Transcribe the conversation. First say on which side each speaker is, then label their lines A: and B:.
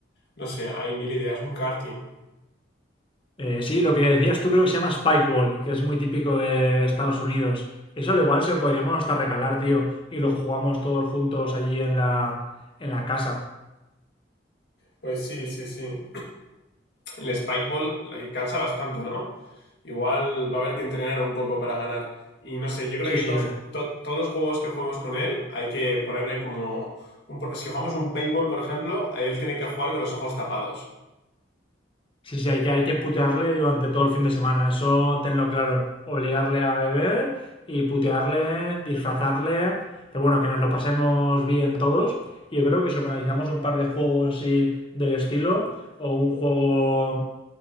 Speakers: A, on the left (about 60°); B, on the left (about 30°).
A: No sé, hay mil ideas, un karting.
B: Eh, sí, lo que decías tú creo que se llama Spikeball, que es muy típico de, de Estados Unidos. Eso al igual se lo podríamos hasta regalar, tío, y lo jugamos todos juntos allí en la, en la casa.
A: Pues sí, sí, sí. el Spike Ball le cansa bastante, ¿no? Igual va a haber que entrenar un poco para ganar. Y no sé, yo creo
B: Sí,
A: que todos,
B: sí, eh.
A: to- todos los juegos que juguemos con él hay que ponerle como... un pro- si jugamos un paintball, por ejemplo, él tiene que jugar con los ojos tapados.
B: Sí, sí, hay que, hay que putearle durante todo el fin de semana, eso tenlo claro. Obligarle a beber y putearle, disfrazarle, pero bueno, que nos lo pasemos bien todos. Y yo creo que si organizamos un par de juegos así del estilo, o un juego